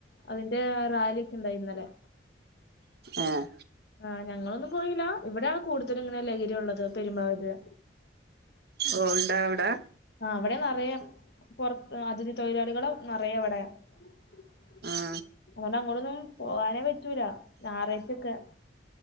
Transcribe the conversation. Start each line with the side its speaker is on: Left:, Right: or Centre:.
Left: അതിന്റെ റാലിയൊക്കെ ണ്ടായി ഇന്നലെ.
Right: ഏഹ്
Left: ആഹ് ഞങ്ങളൊന്നും പോയില്ല ഇവിടെയാണ് കൂടുതലും ഇങ്ങനെ ലഹരി ഉള്ളത് പെരുമ്പാവര്.
Right: ഓഹ് ഉണ്ടാവ്ടെ
Left: ആഹ് അവിടെ നറയെ പൊറത്ത് അതിഥി തൊഴിലാളികള് നറയെ അവടെ <unintelligible>
Right: ആ
Left: അങ്ങോടൊന്നും പോകാനേ പറ്റൂല ഞായറാഴ്ചൊക്കെ